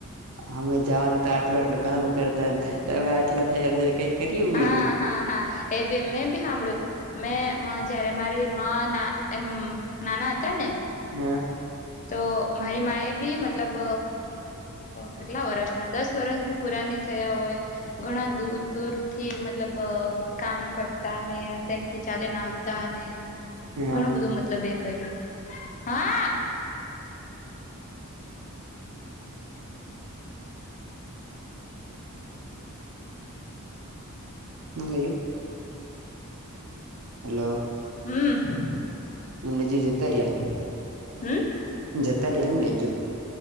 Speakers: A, on the right; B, on the left.
A: અમે જવાના હતા આટલું આટલું કામ કરતા. તમે આટલા થયા થયા કઈક કરી
B: હા
A: એનહી
B: હા હા એ બે મેં બી સાંભળ્યું મેં જયારે મારી માં એમ નાના હતા ને
A: હા.
B: તો મારી માએ ભી મતલબ કેટલા વર્ષના દસ વરષ બી પુરા ન થયા હોય. ઘણા દૂર દૂર થી મતલબ કામ કરતા ને તથી ચાલીને આવતા તા ને
A: હા
B: ઘણું બધું મતલબ એ કર્યું હા
A: હુ થયુ. હલો.
B: હમ.
A: મલે જી જતા રહ્યા.
B: હમ.
A: જતા ત્યા એમ લઈ ગયું.